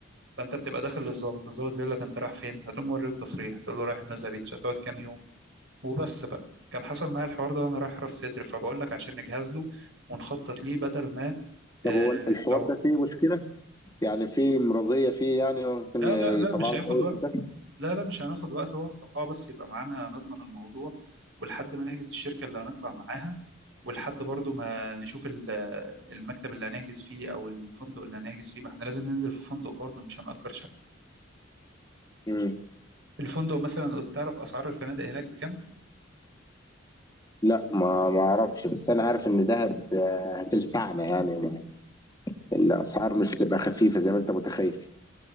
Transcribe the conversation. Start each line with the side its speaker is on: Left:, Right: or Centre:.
Right: فانت بتبقى داخل للظابط الظابط بيقول لك انت رايح فين هتقوم موري التصريح تقول له رايح النزهه بيتش هتقعد كام يوم وبس بقى كان حصل معايا الحوار ده وانا رايح راس سدر فبقول لك عشان نجهز له ونخطط ليه بدل ما
Left: طب
Right: آه،
Left: هو الحوار
Right: نتسوق
Left: ده فيه مشكلة؟ يعني فيه مرضية فيه يعني ممكن
Right: لا
Left: يطلع
Right: لا لا مش
Left: لك
Right: هياخد
Left: اي
Right: وقت
Left: كتاب؟
Right: لا لا مش هناخد وقت هو انطباع بس يبقى معانا نضمن الموضوع ولحد ما نحجز الشركة اللي هنطلع معاها ولحد برضو ما نشوف ال- المكتب اللي هنحجز فيه او الفندق اللي هنحجز فيه ما احنا لازم ننزل في فندق برضو مش هنأجر شقة
Left: مم.
Right: الفندق مثلا قلت تعرف اسعار الفنادق هناك بكام
Left: لا ما ما اعرفش بس انا عارف ان دهب آه، هتلفعنا يعني ما- الاسعار مش هتبقى خفيفة زي ما انت متخيل